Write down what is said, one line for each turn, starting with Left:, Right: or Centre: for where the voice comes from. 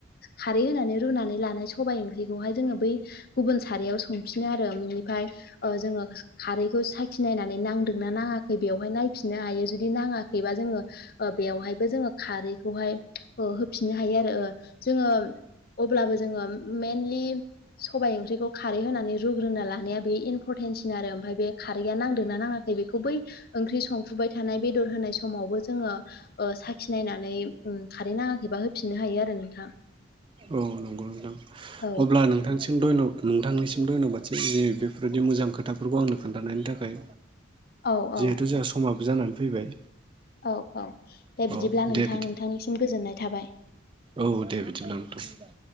Left: खारै होनानै रुना नै लानाय सबाय ओंख्रिखौहाय जोङो बै गुबुन सारायाव संफिनो आरो बिनिफाय ओ जोङो खारैखौ साखि नायनानै नांदोंना नाङाखै बेवहाय नायफिननो हायो जुदि नाङाखैबा जोङो ओ बेयावहायबो जोङो खारैखौहाय ओ होफिननो हायो आरो ओ जोङो अब्लाबो जोङो मेनलि सबाय ओंख्रिखौ खारै होनानै रुग्रोना लानाया बे इम्परटेन्टसिन आरो ओमफाय बे खारैया नांदोंना नाङा बेखौ बै ओंख्रि संफुबाय थानाय बेदर होनाय समावबो जोङो ओ साखि नायनानै उम खारै नाङाखैबा होफिननो हायो आरो नोंथां।
Right: औ नंगौ नोंथां
Left: औ
Right: अब्ला नोंथांसिम धय्न' नोंथांनिसिम धय्न'बादसै बेफोरबायदि मोजां खोथाफोरखौ आंनो खोनथानायनि थाखाय।
Left: औ औ
Right: जिहेथु जोंहा समाबो जानानै फैबाय
Left: औ औ दे बिदिब्ला
Right: अ
Left: नोंथां
Right: दे बिदिब्ला
Left: नोंथांनिसिम गोजोननाय थाबाय।
Right: औ दे बिदिब्ला नोंथां।